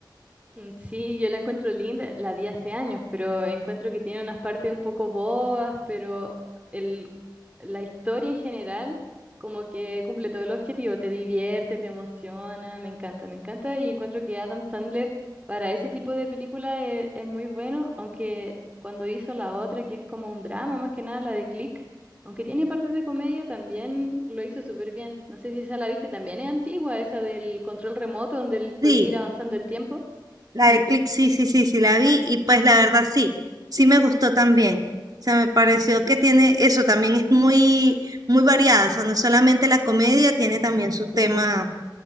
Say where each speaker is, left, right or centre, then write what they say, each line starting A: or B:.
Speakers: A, on the right (about 20°); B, on the right (about 55°).
A: Mm, Sí, yo la encuentro linda, la vi hace años, pero encuentro que tiene unas partes un poco bobas, pero el, la historia en general como que cumple todo el objetivo, te divierte, te emociona, me encanta, me encanta y encuentro que Adam Sandler para ese tipo de película e- es, muy bueno, aunque cuando hizo la otra que es como un drama más que nada, la de Click, aunque tiene partes de comedia, también lo hizo súper bien. No sé si esa la viste, también es antigua, esa del control remoto donde él podía
B: Sí,
A: ir avanzando el tiempo.
B: la de Click, sí, sí, sí, sí, la vi y pues la verdad sí, sí me gustó también. O sea, me pareció que tiene eso, también es muy, muy variada, o sea, no es solamente la comedia, tiene también su tema